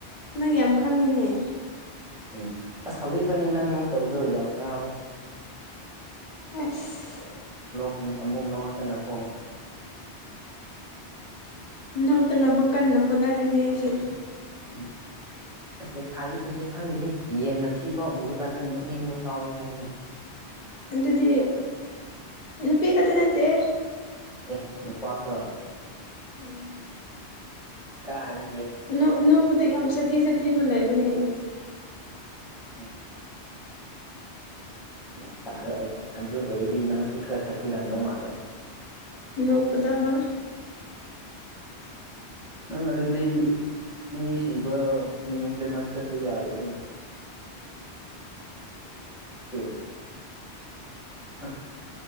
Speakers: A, on the left (about 50°); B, in the centre.
A: ꯅꯪ ꯌꯥꯝ ꯈꯪꯉꯤꯅꯦ
B: ꯎꯝ ꯑꯁ ꯍꯧꯖꯤꯛ ꯈꯛꯅꯤ ꯅꯪ ꯅꯣꯛꯇꯕꯗꯣ ꯌꯥꯝ ꯍꯔꯥꯎꯋꯦ
A: ꯑꯦꯁ
B: ꯎꯝ ꯑꯃꯨꯛ ꯅꯣꯛꯂꯛꯇꯅꯀꯣ
A: ꯅꯣꯛꯇꯅꯕ ꯀꯟꯅ ꯍꯣꯠꯅꯔꯤꯅꯦ ꯑꯩꯁꯨ
B: ꯎꯝ ꯑꯁ ꯂꯩꯁꯥꯕꯤꯁꯤꯡꯁꯦ ꯈꯪꯗꯦꯅꯤ ꯌꯦꯟ ꯃꯊꯤ ꯐꯥꯎ ꯎꯔꯀꯥꯟꯗ ꯅꯣꯛꯅꯤꯡꯕ ꯐꯥꯎꯋꯤ ꯍꯥꯏꯅꯦ
A: ꯑꯗꯨꯗꯤ ꯅꯨꯄꯤ ꯈꯛꯇ ꯅꯠꯇꯦ
B: ꯑꯦ ꯅꯨꯄꯥꯁꯨꯔꯣ
A: ꯎꯝ
B: ꯀꯥꯔꯤ
A: ꯅꯣꯛ ꯅꯣꯛꯄꯗ ꯌꯥꯝ ꯁꯥꯊꯤ ꯁꯥꯊꯤꯕ ꯂꯩꯕꯅꯦ
B: ꯎꯝ ꯒ꯭ꯌꯥꯟ ꯇꯥꯔꯦ ꯑꯩ ꯑꯗꯨ ꯑꯣꯏꯔꯗꯤ ꯅꯪꯁꯨ ꯈꯔ ꯁꯥꯊꯤꯔꯝꯗꯧ ꯃꯥꯜꯂꯦ
A: ꯅꯣꯛꯄꯗ ꯍꯣꯏ
B: ꯅꯪ ꯑꯗꯨꯗꯤ ꯃꯤ ꯁꯤꯕ ꯏꯃꯨꯡꯗ ꯅꯪ ꯆꯠꯄ ꯌꯥꯔꯣꯏꯅꯦ ꯇꯨ <unintelligible>